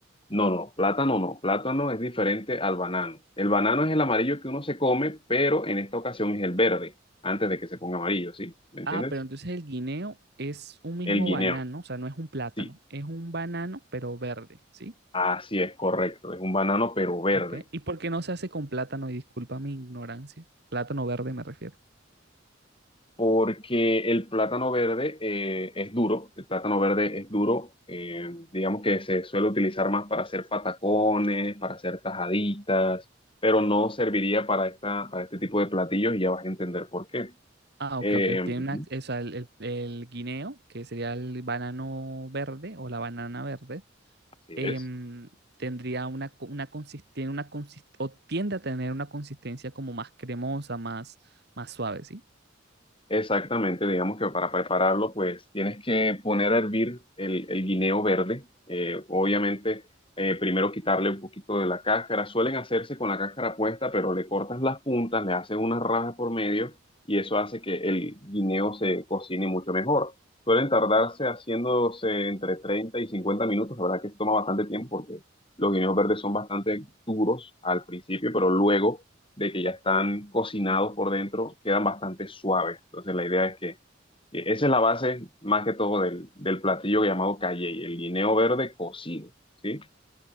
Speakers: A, on the left; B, on the right.
A: No, no, plátano no. Plátano es diferente al banano. El banano es el amarillo que uno se come, pero en esta ocasión es el verde, antes de que se ponga amarillo, ¿sí? ¿Me entiendes?
B: Ah, pero entonces el guineo es un mismo
A: El guineo,
B: banano, o sea, no es un plátano,
A: sí.
B: es un banano, pero verde, ¿sí?
A: Así es, correcto. Es un banano, pero verde.
B: Ok. ¿Y por qué no se hace con plátano? Y disculpa mi ignorancia. Plátano verde me refiero.
A: Porque el plátano verde eh, es duro. El plátano verde es duro. eh, digamos que se suele utilizar más para hacer patacones, para hacer tajaditas, pero no serviría para esta, para este tipo de platillos y ya vas a entender por qué.
B: Ah, ok,
A: Eh,
B: ok. Tiene
A: ujú,
B: una, o sea, el, el- el guineo, que sería el banano verde o la banana verde,
A: así
B: em,
A: es.
B: tendría una, co- una consis- tiene una consist- o tiende a tener una consistencia como más cremosa, más, más suave, ¿sí?
A: Exactamente, digamos que para prepararlo, pues tienes que poner a hervir el, el guineo verde. Eh, obviamente, eh, primero quitarle un poquito de la cáscara. Suelen hacerse con la cáscara puesta, pero le cortas las puntas, le haces unas rajas por medio y eso hace que el guineo se cocine mucho mejor. Suelen tardarse haciéndose entre 30 y 50 minutos. La verdad que toma bastante tiempo porque los guineos verdes son bastante duros al principio, pero luego de que ya están cocinados por dentro, quedan bastante suaves. Entonces la idea es que, que esa es la base más que todo del, del platillo llamado calle, el guineo verde cocido, ¿sí?